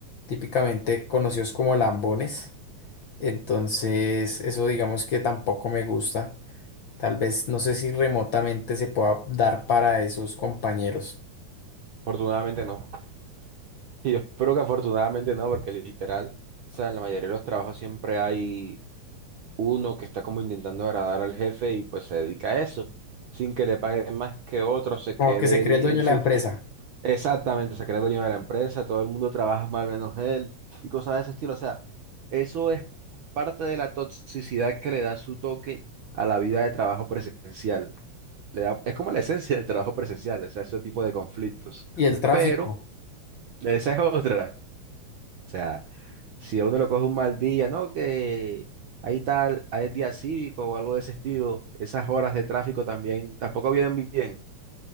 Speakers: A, on the left; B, on the right.
A: típicamente conocidos como lambones. Entonces, eso digamos que tampoco me gusta. Tal vez no sé si remotamente se pueda dar para esos compañeros.
B: afortunadamente no. <laughs> Y yo espero que afortunadamente no, porque literal, o sea, en la mayoría de los trabajos siempre hay uno que está como intentando agradar al jefe y pues se dedica a eso, sin que le paguen más que otro, se
A: Como
B: quede
A: que se
B: él,
A: cree
B: y-
A: el dueño
B: él
A: de la empresa
B: Exactamente, se crea dueño de la empresa, todo el mundo trabaja mal menos él y cosas de ese estilo. O sea, eso es parte de la toxicidad que le da su toque a la vida de trabajo presencial. Le da, es como la esencia del trabajo presencial, o sea, ese tipo de conflictos.
A: y el tráfico.
B: Pero esa es otra. O sea, si a uno lo coge un mal día, ¿no? Que ahí tal, ahí es día cívico o algo de ese estilo, esas horas de tráfico también tampoco vienen bien.